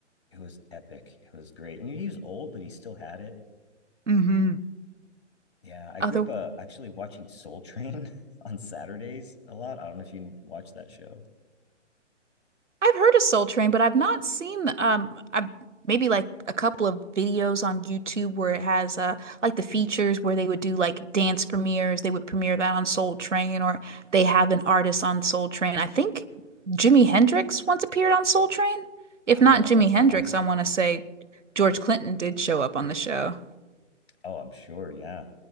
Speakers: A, on the left (about 55°); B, on the right (about 75°).
A: it was epic. It was great. And he was old, but he still had it.
B: hmm
A: Yeah, I grew
B: Other,
A: up uh, actually watching Soul Train <laughs> on Saturdays a lot. I don't know if you watch that show.
B: I've heard of Soul Train, but I've not seen um I've maybe like a couple of videos on YouTube where it has uh like the features where they would do like dance premieres. They would premiere that on Soul Train or they have an artist on Soul Train. I think Jimi Hendrix once appeared on Soul Train. If
A: Oh,
B: not Jimi
A: that's awesome.
B: Hendrix, I want to say George Clinton did show up on the show.
A: Oh, I'm sure. Yeah.